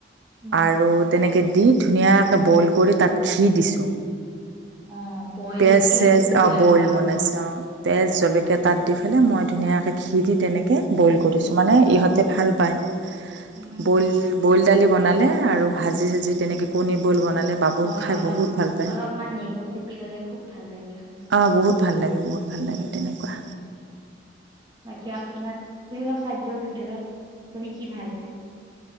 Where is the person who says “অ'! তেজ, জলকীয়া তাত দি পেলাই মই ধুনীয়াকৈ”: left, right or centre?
Right